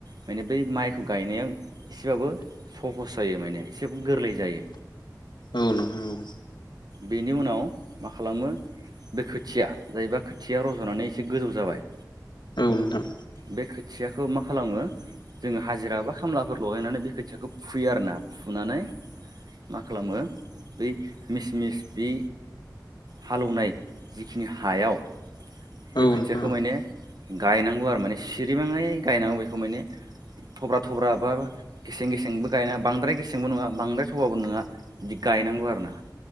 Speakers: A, on the right; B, on the left.
A: माने बै माइखौ गायनायाव एसेबाबो सहस जायो माने एसेबाबो गोरलै जायो। <inaudible>
B: औ
A: बेनि उनाव मा खालामो बे खोथिया जायोबा खोथिया रज'नानै एसे गोजौ जाबाय
B: औ नोंथां।
A: बे खोथियाखौ मा खालामो। जोङो हाजिरा बा खामलाफोर लगायनानै बे खोथियाखौ फुयो आरो ना फुनानै मा खालामो बै मिस मिस बे हालेवनाय जिखिनि हायाव
B: औ
A: बे
B: नोंथां
A: खोथियाखौ माने गायनांगौ आरो माने सिरिबाङै गायनांगौ बेखौ माने थब्रा थब्रा बा गेसें गेसेंबो गायना बांद्राय गेसेंबो नङा बांद्राय थबाबो नङा दि गायनांगौ आरोना